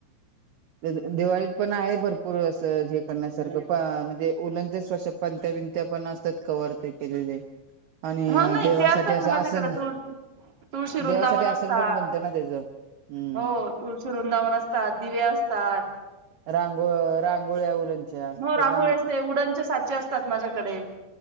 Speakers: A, on the right (about 70°); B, on the right (about 25°).
A: दिवाळीत पण आहे भरपूर अस हे करण्यासारखं म्हणजे ऊलनचे सो पणत्या बिंत्या पण असतात कवर तेन केलेले आणि
B: हा नाही
A: देवासाठी
B: ते असतात
A: असं
B: ना माझ्याकडे
A: आसन
B: तुळ तुळशी
A: देवासाठी
B: वृंदावन
A: आसन
B: असतात
A: पण बनतं ना त्याचं हम्म
B: हो तुळस वृंदावन असतात दिवे असतात
A: रांगोळ रांगोळ्या उलनच्या
B: हो
A: ते
B: रांगोळी
A: पण
B: असते उडनचे साचे असतात माझ्याकडे.